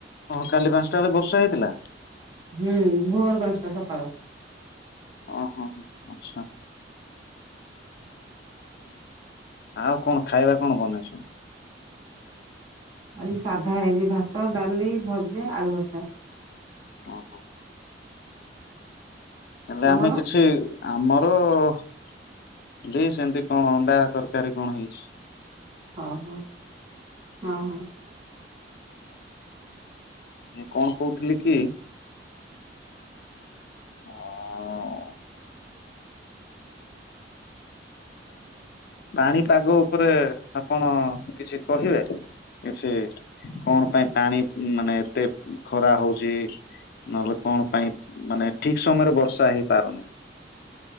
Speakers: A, on the left; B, on the right.
A: ହଁ କାଲି ପାଞ୍ଚଟା ବେଳେ ବର୍ଷା ହେଇଥିଲା?
B: ହୁଁ ଭୋର ପାଞ୍ଚଟା ସକାଳ।
A: ଓ ହୋ ଆଚ୍ଛା। ଆଉ କଣ ଖାଇବା କଣ ବନେଇଚନ୍ତି?
B: ଆଜି ସାଧା ହେଇଚି ଭାତ ଡାଲି ଭଜା ଆଳୁ ଭର୍ତ୍ତା।
A: ଓ ହ। ଏବେ
B: ତମର?
A: ଆମେ କିଛି ଆମର ହୋ ବି ସେମିତି କଣ ଅଣ୍ଡା ତରକାରୀ କଣ ହେଇଚି।
B: ହଁ ହଁ ହଁ ହଁ।
A: ମୁଁ କଣ କହୁଥିଲି କି? ହଁ ପାଣି ପାଗ ଉପରେ ଆପଣ କିଛି କହିବେ? ସେ କଣ ପାଇଁ ପାଣି ମାନେ ଏତେ ଖରା ହଉଚି? ନହେଲେ କଣ ପାଇଁ ମାନେ ଠିକ ସମୟରେ ବର୍ଷା ହେଇପାରୁନି?